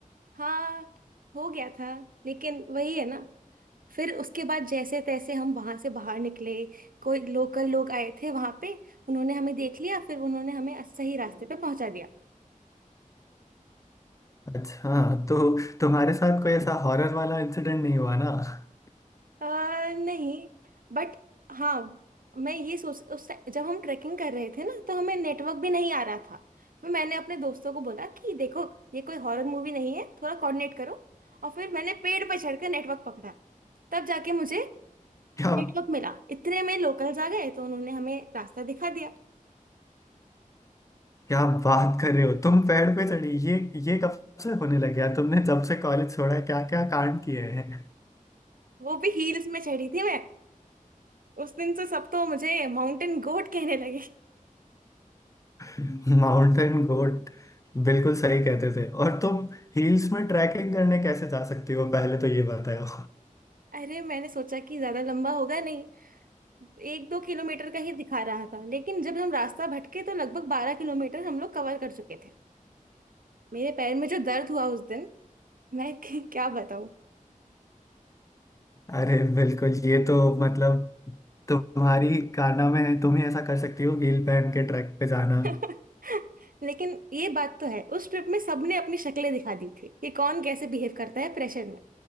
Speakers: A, on the right; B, on the left.
A: हाँ हो गया था लेकिन वही है ना फिर उसके बाद जैसे तैसे हम वहां से बाहर निकले कोई लोकल लोग आए थे वहां पे उन्होंने हमें देख लिया फिर उन्होंने हमें सही रास्ते पे पहुंचा दिया
B: अच्छा हाँ, तो तुम्हारे साथ कोई ऐसा हॉरर वाला इंसिडेंट नहीं हुआ ना <laughs>
A: आ, नहीं बट हाँ मैं ये सोच उस टाइम जब हम ट्रैकिंग कर रहे थे ना तो हमें नेटवर्क भी नहीं आ रहा था फिर मैंने अपने दोस्तों को बोला कि देखो ये कोई हॉरर मूवी नहीं है थोड़ा कोऑर्डिनेट करो और फिर मैंने पेड़ पर चढ़कर नेटवर्क पकड़ा तब जाके मुझे
B: क्या
A: नेटवर्क मिला इतने में लोकल्स आ गए तो उन्होंने हमें रास्ता दिखा दिया
B: क्या बात कर रहे हो तुम पेड़ पे चढ़ी ये ये कब से होने लग गया तुमने जब से कॉलेज छोड़ा है क्या क्या कांड किए हैं
A: वो भी हील्स में चढ़ी थी मैं उस दिन से सब तो मुझे माउंटेन गोट कहने लगे <laughs>
B: <laughs> माउंटेन गोट बिल्कुल सही कहते थे और तुम हिल्स में ट्रैकिंग करने कैसे जा सकती हो पहले तो ये बताओ
A: अरे मैंने सोचा कि ज्यादा लंबा होगा नहीं एक दो किलोमीटर का ही दिखा रहा था लेकिन जब हम रास्ता भटके तो लगभग बारह किलोमीटर हम लोग कवर कर चुके थे मेरे पैर में जो दर्द हुआ उस दिन मैं <laughs> क- क्या बताऊं
B: अरे बिल्कुल ये तो मतलब तुम्हारी काना में है तुम ही ऐसा कर सकती हो हील पहन के ट्रैक पे जाना
A: <laughs> लेकिन ये बात तो है उस ट्रिप में सबने अपनी शक्लें दिखा दी थी कि कौन कैसे बिहेव करता है प्रेशर में